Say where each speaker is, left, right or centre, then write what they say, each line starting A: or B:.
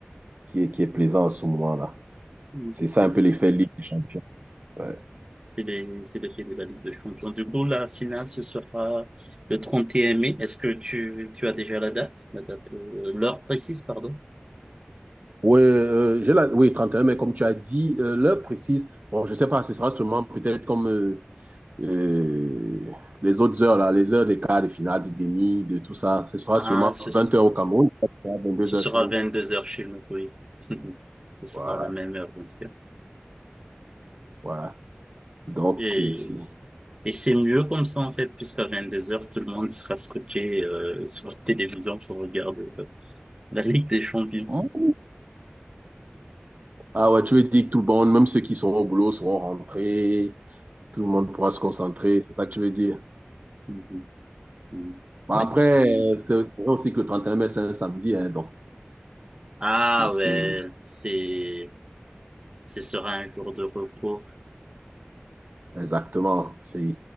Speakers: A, on the right (about 40°); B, on the right (about 25°).
A: qui est, qui est plaisant en ce moment-là.
B: Donc,
A: C'est ça
B: euh,
A: un peu l'effet Ligue des Champions. Ouais.
B: C'est les, c'est les faits de la Ligue des Champions. Du coup, la finale, ce sera le 31 mai. Est-ce que tu, tu as déjà la date? La date, euh, l'heure précise, pardon?
A: Oui, euh, j'ai la... oui, 31 mais comme tu as dit, euh, l'heure précise, bon, je sais pas, ce sera sûrement peut-être comme euh, euh, les autres heures, là, les heures des quarts, des finales, des demi, de tout ça. Ce sera
B: Ah,
A: sûrement
B: ce,
A: 20 heures au Cameroun, deux
B: ce
A: heures
B: sera
A: chez vous.
B: vingt deux heures chez nous, oui. <laughs> Ce sera
A: Voilà,
B: à la même heure, bien sûr.
A: voilà. Donc,
B: Et
A: c'est ici.
B: Et c'est mieux comme ça, en fait, puisqu'à deux heures tout le monde sera scotché euh, sur la télévision pour regarder euh, la Ligue des Champions.
A: Hein? Ah ouais, tu veux dire que tout le monde, même ceux qui sont au boulot, seront rentrés, tout le monde pourra se concentrer, c'est ça que tu veux dire.
B: Mhm. Mhm.
A: Bon,
B: Ouais.
A: après, euh, c'est c'est vrai aussi que le 31 mai, c'est un samedi, hein, donc
B: Ah
A: c'est c'est-
B: ouais, c'est, ce sera un jour de repos.
A: Exactement. C'est,